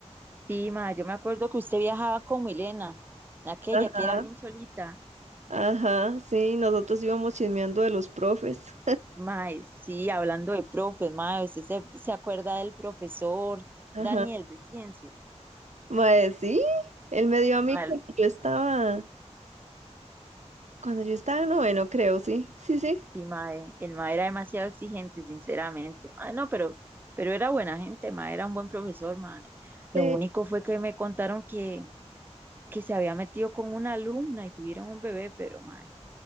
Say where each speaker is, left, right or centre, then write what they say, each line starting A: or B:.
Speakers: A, on the right; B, on the right.
A: Sí, mae, yo me acuerdo que usted viajaba con Milena, aquella
B: Ajá.
A: que era bien cholita.
B: Ajá, sí, nosotros íbamos chismeando de los profes.
A: Mae, sí, hablando de profes, mae, ¿usted se, se acuerda del profesor
B: Ajá.
A: Daniel de ciencias?
B: Mae, sí, él me dio a mí
A: Mae,
B: cuando
A: el,
B: yo estaba, cuando yo estaba en noveno, creo, sí, sí, sí.
A: sí, mae, el mae era demasiado exigente, sinceramente. Mae, no, pero, pero era buena gente, mae, era un buen profesor, mae. Lo
B: Eh,
A: único fue que me contaron que, que se había metido con una alumna y tuvieron un bebé, pero mae,